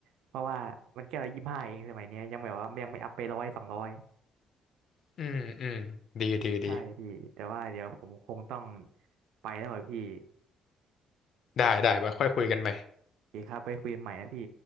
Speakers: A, on the right (about 85°); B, on the left (about 45°).
A: เพราะว่ามันแก้วละยี่สิบห้าเองสมัยเนี้ยยังแบบว่ายังไม่อัพไปร้อยสองร้อย
B: อืมอืมดีดีดี
A: ใช่พี่แต่ว่าเดี๋ยวผมคงต้องไปแล้วอะพี่
B: ได้ได้ไปค่อยคุยกันใหม่
A: โอเคครับไปคุยกันใหม่นะพี่